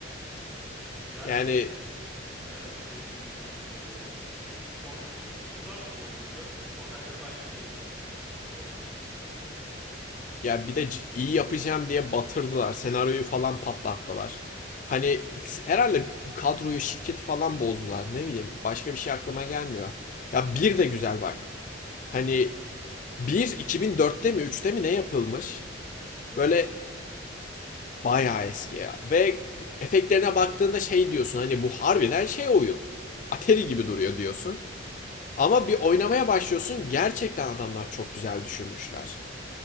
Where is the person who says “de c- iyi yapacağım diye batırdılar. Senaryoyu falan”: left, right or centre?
Left